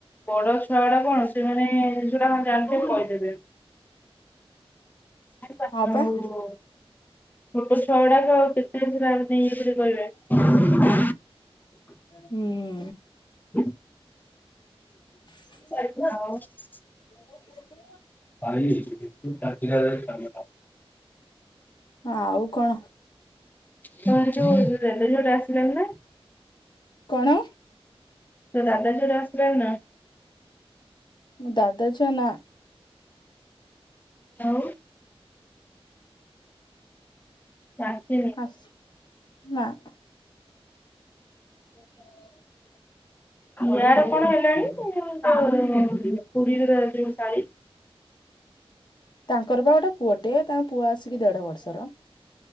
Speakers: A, on the left; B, on the left.
A: ବଡ ଛୁଆ ଗୁଡା କଣ ସେମାନେ ଜିନିଷ ଟା କଣ ଜାଣିଛନ୍ତି କହିଦେବେ। ହଉ। <unintelligible>
B: ହଁ ପା
A: ଛୋଟ ଛୁଆ ଗୁଡାକ କେତେ ଚିରାଗ ନେଇ ଇଏ କରି କହିବେ।
B: ହୁଁ।
A: <inaudible>
B: <inaudible>
A: <unintelligible>
B: <unintelligible>
A: ପାଇ ତୁ ତାଙ୍କିରା ଜାଗାରେ <unintelligible>
B: ଆଉ। କଣ
A: ତାର ଯୋଉ ରେନିକୋଟ ଆସିଲାଣି ନା। <inaudible>
B: କଣ।
A: ତୋ ଦାଦା ଝିଅ ଟା ଆସିଲାଣି ନା।
B: ମୋ ଦାଦା ଝିଅ ନା।
A: ଆଉ। ସେ ଆସିନି।
B: ଆସୁ ନା। <unintelligible>
A: ୟାର କଣ ହେଲାଣି, ଉଁ ପୁରୀରେ ତାର ଯୋଉ ଶାଳୀ।
B: ତାଙ୍କର ପା ଗୋଟେ ପୁଅଟିଏ, ତାଙ୍କ ପୁଅ ଆସିକି ଦେଢ଼ ବର୍ଷର।